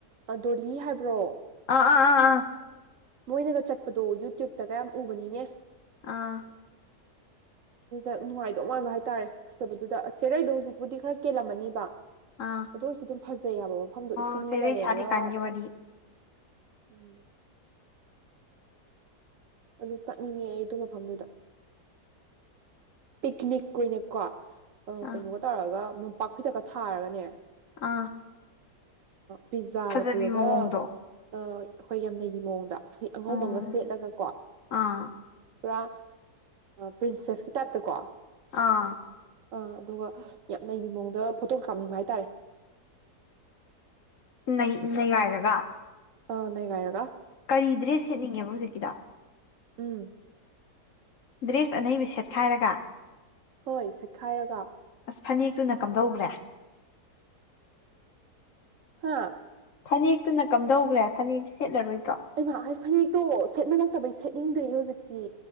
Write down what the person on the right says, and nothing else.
ꯗꯣꯂꯤ ꯍꯥꯏꯕ꯭ꯔꯣ
ꯃꯣꯏꯅꯒ ꯆꯠꯄꯗꯣ ꯌꯨꯇ꯭ꯌꯨꯕꯇꯒꯌꯥꯝ ꯎꯕꯅꯤꯅꯦ
ꯑꯗꯨꯅꯨꯡꯉ ꯣꯉꯥꯟꯕ ꯍꯥꯏꯇꯥꯔꯦ ꯐꯖꯕꯗꯨꯗ ꯑꯁ ꯁꯦꯔꯩꯗꯣ ꯍꯧꯖꯤꯛꯄꯨꯗꯤ ꯈꯔ ꯀꯦꯜꯂꯝꯃꯅꯤꯕ
ꯑꯗꯨ ꯑꯣꯏꯔꯁꯨ ꯑꯗꯨꯝ ꯐꯖꯩ ꯌꯥꯕ ꯃꯐꯝꯗꯣ
ꯏꯁꯤꯡꯒ
ꯂꯩꯔꯒ
ꯎꯝ ꯑꯗꯨ ꯆꯥꯛꯅꯤꯡꯉꯦ ꯑꯩ ꯑꯗꯨ ꯃꯐꯝꯗꯨꯗ ꯄꯤꯛꯅꯤꯛ ꯑꯣꯏꯅꯀꯣ
ꯀꯩꯅꯣꯒ ꯇꯧꯔꯒ ꯃꯣꯝꯄꯥꯛ ꯐꯤꯗꯛꯀ ꯊꯥꯔꯒꯅꯦ
ꯄꯤꯖꯥꯒ
ꯄꯨꯔꯒ
ꯑꯩꯈꯣꯏ ꯌꯥꯝ ꯅꯩꯕꯤ ꯃꯑꯣꯡꯗ ꯣꯏ ꯑꯉꯧꯕꯒ
ꯁꯦꯠꯂꯒꯀꯣ
ꯄꯨꯔꯥ ꯄ꯭ꯔꯤꯟꯁꯦꯁꯀꯤ ꯇꯠꯇꯀꯣ
ꯑꯥ ꯑꯗꯨꯒ ꯌꯥꯝ ꯅꯩꯕ ꯃꯑꯣꯡꯗ ꯐꯣꯇꯣꯒ ꯀ ꯍꯥꯥꯞꯅꯤꯡꯕ ꯍꯥꯏꯇꯥꯔꯦ
ꯑ ꯅ ꯀꯥꯏꯔꯒ
ꯎꯝ
ꯍꯣꯏ ꯆꯠꯈꯥꯏꯔꯒ
ꯍꯥꯥ
ꯑꯩꯃ ꯍꯥꯏ ꯐꯅꯦꯛꯇꯣ ꯁꯦꯠꯃꯜꯂꯛꯇꯕꯩ ꯁꯦꯠꯅꯤꯡꯗ꯭ꯔꯤꯦ ꯍꯧꯖꯤꯛꯇꯤ